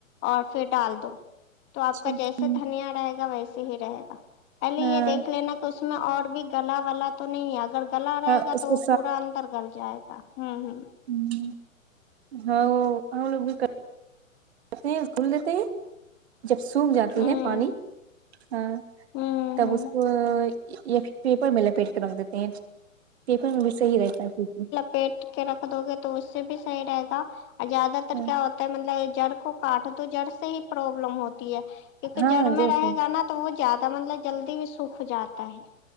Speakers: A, on the left; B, on the right.
A: اور پھر ڈال دو تو آپ
B: اچھا
A: کا جیسے دھنیا رہے گا ویسے ہی رہے گا پہلے
B: ہاں
A: یہ دیکھ لینا تو اس میں اور بھی گلا ولا تو نہیں ہے اگر گلا رہے
B: ہاں
A: گا
B: اس
A: تو
B: کو
A: وہ پورا اندر گل جائے ہوں ہوں
B: ہمم ہاں وہ ہم لوگ بھی کہتے ہیں کھل دیتے ہیں جب سوکھ جاتی
A: ہوں
B: ہے پانی ہاں
A: ہوں
B: تب
A: ہوں
B: اس کو یاھر پیپر میں لپیٹ کے رکھ دیتے ہیں پیپر میں بھی صحیح رہتا ہے
A: فیٹ کے رکھ دو گے تو اس سے بھی صحیح رہے گا اور زیادہ تر
B: ہاں
A: کیا ہو مطلب جڑ کو کاٹ دو جڑ سے ہی پروابلم ہوتی ہے کیونکہ
B: ہاں
A: جڑ
B: جیسے
A: میں رہے گا نا تو وہ زیادہ مطلب جلدی بھی سوکھ جاتا ہے